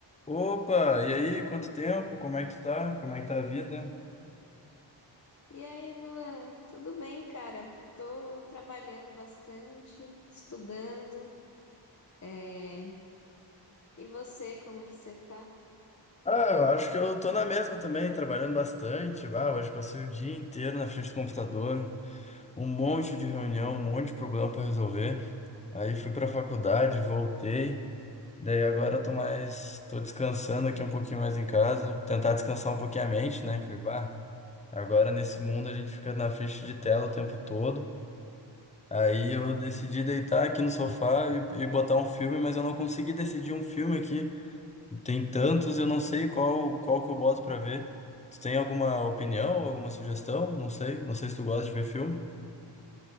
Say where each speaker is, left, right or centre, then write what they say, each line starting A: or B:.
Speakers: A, on the left (about 15°); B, on the left (about 40°).
A: Opa, e aí, quanto tempo? Como é que tu tá? Como é que tá a vida?
B: E aí, Luan, tudo bem, cara? Tô trabalhando bastante, estudando. é, E você, como que você tá?
A: Ah, eu acho que eu tô na mesma também, trabalhando bastante. Ah, hoje passei o dia inteiro na frente do computador, um monte de reunião, um monte de problema para resolver. Aí fui pra faculdade, voltei. Daí agora eu tô mais, tô descansando aqui um pouquinho mais em casa, tentar descansar um pouquinho a mente, né? Que, bah, agora nesse mundo a gente fica na frente de tela o tempo todo. Aí eu decidi deitar aqui no sofá e, e botar um filme, mas eu não consegui decidir um filme aqui. Tem tantos, eu não sei qual qual que eu boto pra ver. Tu tem alguma opinião, alguma sugestão? Não sei, não sei se tu gosta de ver filme.